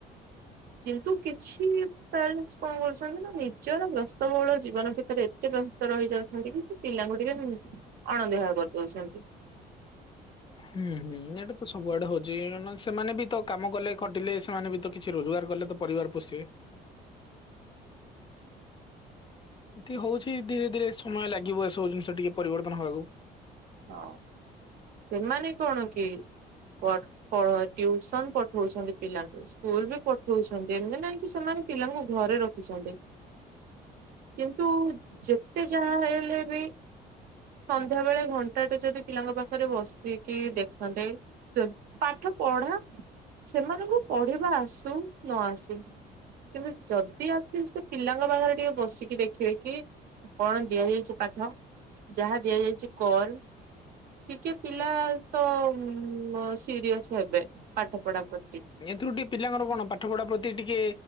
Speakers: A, on the right; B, on the left.
A: କିନ୍ତୁ କିଛି ପ୍ୟାରେଣ୍ଟସ୍ କଣ କରୁଛନ୍ତି ନା ନିଜର ବ୍ୟସ୍ତବହୁଳ ଜୀବନ ଭିତରେ ଏତେ ବ୍ୟସ୍ତ ରହି ଯାଉଛନ୍ତି କି ପିଲାଙ୍କୁ ଟିକେ ଅଣଦେଖା କରିଦଉଛନ୍ତି।
B: ହୁଁ ହୁଁ ଏଇଟା ତ ସବୁଆଡେ ହଉଛି କାରଣ ସେମାନେ ବି ତ କାମ କଲେ ଖଟିଲେ ସେମାନେ ବି ତ କିଛି ରୋଜଗାର କଲେ ତ ପରିବାର ପୋଷିବେ। କି ହଉଛି ଧୀରେ ଧୀରେ ସମୟ ଲାଗିବ ଏସବୁ ଜିନିଷ ଟିକେ ପରିବର୍ତ୍ତନ ହବାକୁ।
A: ହଁ ସେମାନେ କଣ କି ବ <unintelligible> ଟିଉସନ ପଠଉଛନ୍ତି ପିଲାଙ୍କୁ, ସ୍କୁଲ ବି ପଠଉଛନ୍ତି, ଏମତି ନାଇଁ କି ସେମାନେ ପିଲାଙ୍କୁ ଘରେ ରଖ ଛନ୍ତି। କିନ୍ତୁ ଯେତେ ଯାହା ହେଇଲେ ବି ସନ୍ଧ୍ୟାବେଳେ ଘ ଘଣ୍ଟା ଟେ ଯଦି ପିଲାଙ୍କ ପାଖରେ ବସିକି ଦେଖନ୍ତେ ପାଠ ପଢାଅ ସେମାନଙ୍କୁ ପଢିବା ଆସୁ ନ ଆସୁ। କିନ୍ତୁ ଯଦି ଆଟଲିଷ୍ଟ୍ ପିଲାଙ୍କ ପାଖରେ ଟିକେ ବସିକି ଦେଖିବେ କି କଣ ଦିଆଯାଇଛି ପାଠ? ଯାହା ଦିଆଯାଇଛି କର। ଟିକେ ପିଲା ତ ଉଁ ସିରିଅସ ହେବେ ପାଠ ପଢା ପ୍ରତି।
B: ତ୍ରୁଟି ପିଲାଙ୍କର କଣ ପାଠପଢା ପ୍ରତି ଟିକେ